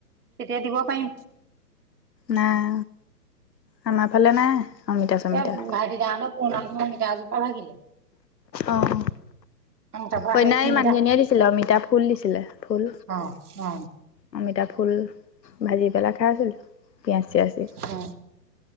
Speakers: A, on the right (about 65°); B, on the left (about 80°).
A: তেতিয়া দিব পাৰিম
B: নাই আমাৰ ফালে নাই অমিতা চমিতা।
A: এ ভাইটি দা হঁতৰ পুৰণা ঘৰ অমিতা এজোপা ভাগিলে।
B: আহ
A: তাৰপৰা
B: কইনাই
A: সেই তিনিটা
B: এই মানুহজনীয়ে দিছিলে অমিতা ফুল দিছিলে ফুল
A: অ অ
B: অমিতা ফুল ভাজি পেলাই খাই আছিলোঁ। পিয়াজ চিয়াজ লৈ।
A: অ